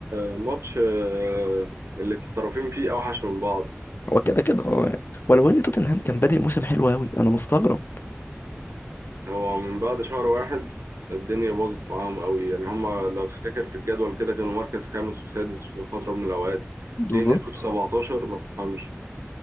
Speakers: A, on the right (about 75°); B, on the left (about 50°).
A: آه، ماتش آه، اللي الطرفين فيه أوحش من بعض
B: هو كده كده اه يعني ولو إن توتنهام كان بادئ موسم حلو أوي أنا مستغرب
A: هو من بعد شهر واحد الدنيا باظت معاهم قوي يعني هما لو تفتكر في الجدول كده كانوا مركز خامس وسادس في فترة من الأوقات
B: بالظبط
A: ليه نزلوا في 17 ما تفهمش